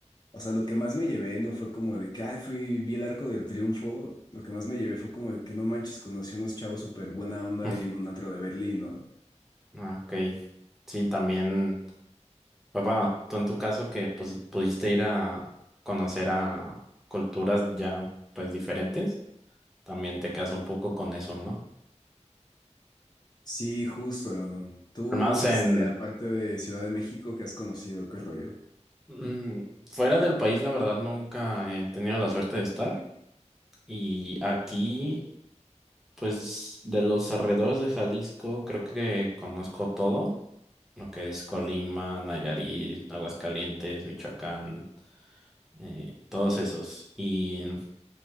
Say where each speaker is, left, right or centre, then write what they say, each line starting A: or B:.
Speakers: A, on the left; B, in the centre.
A: o sea, lo que más me llevé no fue como de que, ay, fui, vi el Arco del Triunfo, lo que más me llevé fue como de que no manches, conocí unos chavos súper buena onda
B: <laughs>
A: ahí en un antro de Berlín, ¿no?
B: Mm, ah, Ok. Sí, también. Pues bueno, tú en tu caso que pues, pudiste ir a conocer a culturas ya pues diferentes, también te quedas un poco con eso, ¿no?
A: Sí, justo, hermano. Tú,
B: Al menos
A: este,
B: en,
A: aparte de Ciudad de México, que has conocido? ¿Qué rollo?
B: Mm, fuera del país, la verdad, nunca he tenido la suerte de estar. Y aquí, pues, de los alrededores de Jalisco, creo que conozco todo, lo que es Colima, Nayarit, Aguascalientes, Michoacán, eh, todos esos. Y